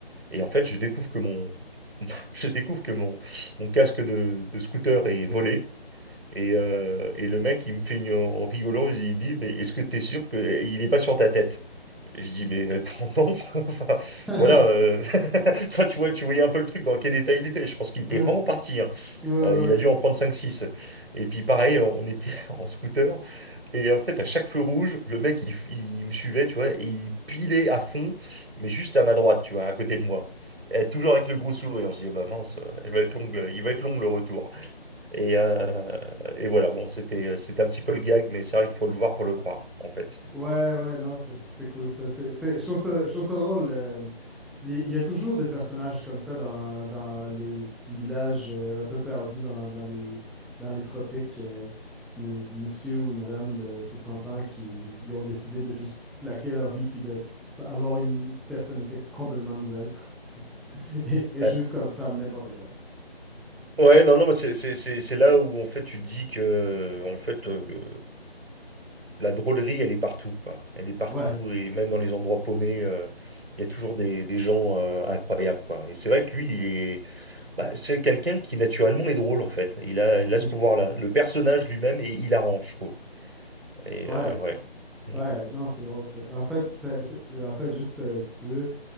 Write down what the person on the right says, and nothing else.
Et en fait, je découvre que mon. <laughs> Je découvre que mon, mon casque de, de scooter est volé. Et, euh, et le mec, il me fait une, en rigolant, il dit, mais est-ce que t'es sûr qu'il est pas sur ta tête? Et je dis, mais attends, non. <laughs> Enfin,
voilà. euh, <laughs> Enfin, tu vois, tu voyais un peu le truc dans quel état il était. Je pense qu'il était
vraiment parti. hein.
Euh, il a dû en prendre cinq six. Et puis, pareil, on était <laughs> en scooter. Et en fait, à chaque feu rouge, le mec, il, f- il me suivait, tu vois, et il pilait à fond, mais juste à ma droite, tu vois, à côté de moi. Et toujours avec le gros sourire. Je dis, eh bah mince, euh, elle va être longue, le- il va être long le retour. Et, euh, et voilà, bon, c'était, euh, c'était un petit peu le gag, mais c'est vrai qu'il faut le voir pour le croire, en fait.
Euh,
Ouais, non, non, mais c'est c'est- c'est- c'est là où en fait tu dis que en fait euh, le, la drôlerie elle est partout quoi. Elle est partout
et même dans les endroits paumés, euh, il y a toujours des, des gens euh, incroyables quoi. Et c'est vrai que lui, il est bah, c'est quelqu'un qui naturellement est drôle en fait. Il a il
a ce pouvoir-là. Le personnage lui-même est hilarant, je trouve. Et
euh, ouais. Mm.